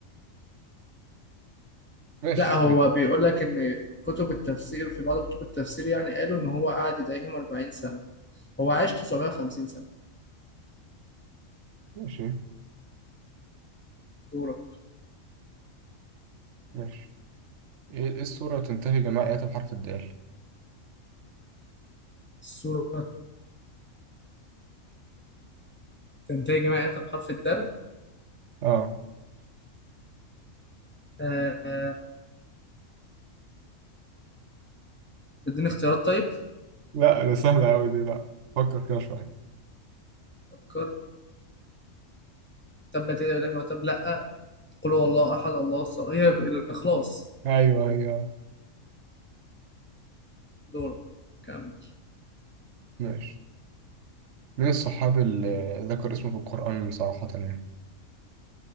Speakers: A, on the right (about 65°); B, on the left (about 15°).
A: ماشي
B: لا هو
A: ماشي
B: بيقول لك إن كتب التفسير في بعض كتب التفسير يعني قالوا إن هو قعد يدعيهم أربعين سنة هو عاش تسعمية وخمسين سنة
A: ماشي
B: دورك
A: ماشي ايه إيه السورة تنتهي جميع آياتها بحرف الدال
B: السورة تنتهي جماعة بحرف الدال
A: اه
B: آه آه، اديني اختيارات طيب
A: لا ده سهلة أوي دي لا فكر كده شوية
B: فكر تبت يدي ابي لهب وتب لا قل هو الله احد الله الصمد هي الاخلاص
A: ايوه ايوه
B: دور كم
A: ماشي من الصحابي اللي ذكر اسمه في القرآن صراحة يعني